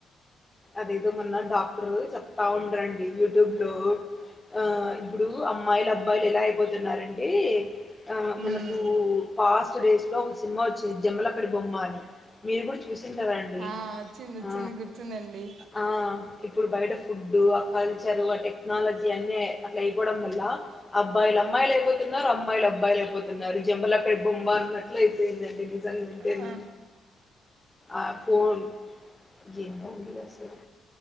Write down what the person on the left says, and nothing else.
అదేదో మొన్న డాక్టర్ చెప్తా ఉండరండి యూట్యూబ్ లో ఆ ఇప్పుడు అమ్మాయిలు అబ్బాయిలు ఎలా అయిపోతున్నంటే ఆ మనకు
పాస్ట్ డేస్ లో ఒక సినిమా వచ్చింది జమ్మల లక్కడి బొమ్మని మీరు కూడా చూసిన కదండి
ఆ
ఆ ఇప్పుడు బయట ఫుడ్డు ఆ కల్చర్ ఆ టెక్నాలజీ అన్ని అట్లా అయిపోవడం వల్ల అబ్బాయిలు అమ్మాయిలు అయిపోతున్నారు అమ్మాయిలు అబ్బాయిలు అయిపోతున్నారు జబల బొమ్బ అన్నట్ల అయిపోయిందంటడి నిజంగా తను
ఆ ఫోన్ జీంద ఉడి అసలు